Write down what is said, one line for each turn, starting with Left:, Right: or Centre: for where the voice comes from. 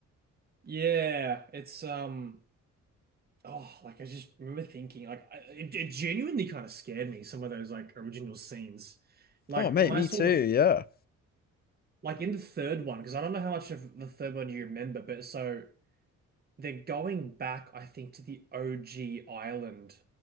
Right: yeah. It's um. Oh, like I just remember thinking, like I, it, it genuinely kind of scared me. Some of those like original scenes, like
Left: oh mate
Right: when
Left: me
Right: I saw
Left: too
Right: the
Left: yeah
Right: like in the third one, because I don't know how much of the third one you remember, but so they're going back, I think, to the OG island,